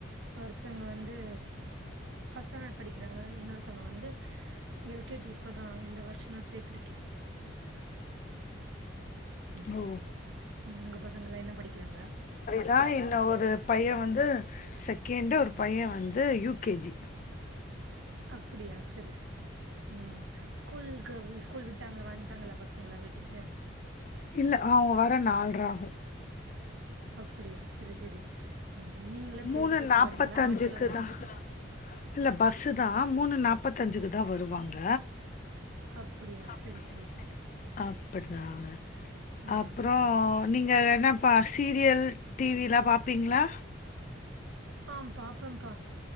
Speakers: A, on the right; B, on the left.
A: ஒருத்தங்க வந்து பஸ்ட் ஸ்டாண்டர்ட் படிக்கிறாங்க இன்னொர்த்தங்க வந்து எல் கே ஜி இப்பதா இந்த வருஷோத சேத்திருக்கே ம்
B: ஓ
A: ம் உங்க பசங்கலா என்ன படிக்கிறாங்க
B: தா என்ன ஒரு பைய வந்து செகேண்டு ஒரு பைய வந்து யூ கே ஜி
A: அப்டியா சேரி சேரி ம் ஸ்கூலுக்கு ஸ்கூல் விட்டாங்களா வந்ட்டாங்களா பசங்களா வீட்டுக்கு
B: இல்ல அவங்க வர நால்ற ஆகு
A: அப்டியா சரி சரி ம் நீங்களா போய்
B: மூணு
A: கூப்ட்டு
B: நாற்பத்தஞ்சுக்கு
A: வரீங்களா ஆட்டோ எல்லா வச்சிருக்கீங்களா
B: தான் இல்ல பஸ்ஸு தா மூணு நாப்பத்தஞ்சுக்கு தா வருவாங்க
A: அப்படியா
B: அப்டியா
A: சரி சரி
B: செரி செரி அப்படிதாங்க
A: ம்
B: அப்றோ நீங்க என்னப்பா சீரியல் டிவிலா பாப்பீங்களா
A: ஆ பாப்பேம்ப்பா